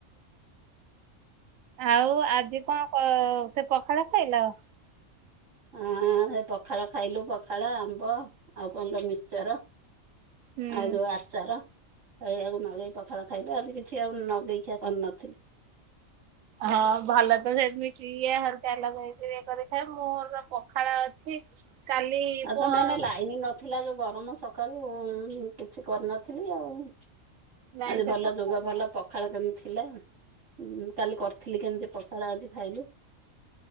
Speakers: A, on the right; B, on the right.
A: ଆଉ ଆଜି କଣ ସେ ପଖାଳ ଖାଇଲା ଆ
B: ହଁ ସେ ପଖାଳ ଖାଇଲୁ ପଖାଳ ଆମ୍ବ ଆଉ କଣ ତ ମିକ୍ସଚର
A: ହୁଁ
B: ଆଉ ଯୋଉ ଆଚାର ଏଇଆକୁ ନଗେଇ ପଖାଳ ଖାଇବେ ଆ କିଛି ଆଉ ନଗେଇ ଖିଆ କରିନଥିଲି।
A: ହଁ ଭଲତ ସେମିତି ଇଏ ହେରିକା ଲଗେଇକିରି କରି ଖାଏ ମୋର ତ ପଖାଳ ଅଛି କାଲି
B: ଆଉ
A: ପୁଅ
B: ତ ମେନେ ଲାଇନ ନଥିଲା ଯୋଉ ଗରମ ସ ସକାଳୁ କିଛି କରିନଥିଲି ଆଉ।
A: ଲାଇନ
B: ଆଜି
A: କେତେବେଳେ
B: ଭଲ ଯୁଗ
A: ଆଇଲା?
B: ଭଲ ପଖାଳ କେମିତି ଥିଲା ଉଁ କାଲି କରିଥିଲି କେମିତି ପଖଳା ଆଜି ଖାଇଲୁ।